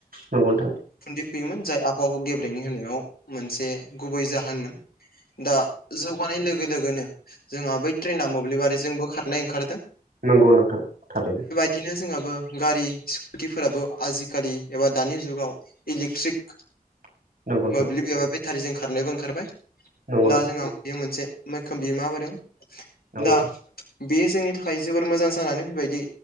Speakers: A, on the right; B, on the left.
A: नंगौ नोंथां।
B: खुन्न्दैफुयोमोन जाय आबहावाखौ गेब्रेै होनायाव मोनसे गुबै जाहोनमोन दा जौगानाय लोगो लोगोनो जोंहा बै ट्रेना मोब्लिबारिजोंबो खारनाय ओंखारदों।
A: नंगौ नोंथां थारैनो।
B: बिदिनो जोंहाबो गारि स्कुटिफोराबो आजिखालि एबा दानि जुगाव इलेकट्रिक
A: <inaudible> नोंथां
B: मोब्लिब एबा बेटारिजों खारनायबो ओंखारबाय
A: नंगौ
B: दा जोंहा बियो मोनसे मैखोम बिहोमाहोदों
A: नोंथां
B: दा बेयो जोंनि थाखाय जोबोर मोजां जानानै फैबायदि